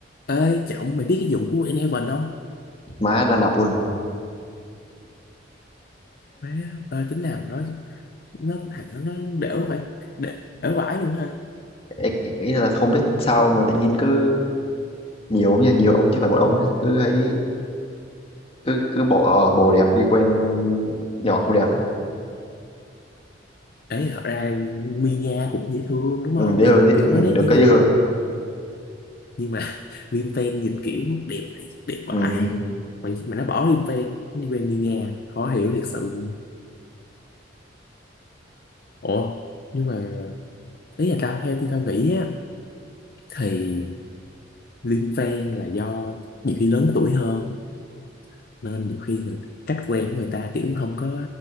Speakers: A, on the left (about 50°); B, on the left (about 30°).
A: Ê trọng mày biết cái vụ của Enhaven không?
B: má đang đọc luôn này
A: Má ơi tính nào nó nó thằng nó, nó đểu phải đểu vãi luôn ha.
B: Ê, ý ý là không biết sao mà tự nhiên cứ nhiều ông nha nhiều ông chứ phải một ông đấy cứ thấy cứ cứ bỏ bồ đẹp đi quen nhỏ không đẹp ấy.
A: Ấy thật ra Mia cũng dễ thương đúng
B: ừ,
A: không?
B: dễ
A: Nhìn
B: thương dễ,
A: kiểu
B: ừ,
A: nó đét
B: được
A: dễ
B: cái
A: thương
B: dễ thương
A: nhưng mà <laughs> Liêm Phen nhìn kiểu đẹp đẹp
B: ừ.
A: vãi. Mà mà nó bỏ Liêm Phen nó đi quen Mia khó hiểu thiệt sự. luôn. Ủa nhưng mà ý là tao theo thì tao nghĩ á thì Liêm Phen là do nhiều khi lớn tuổi hơn nên nhiều khi người- cách quen của người ta kiểu không có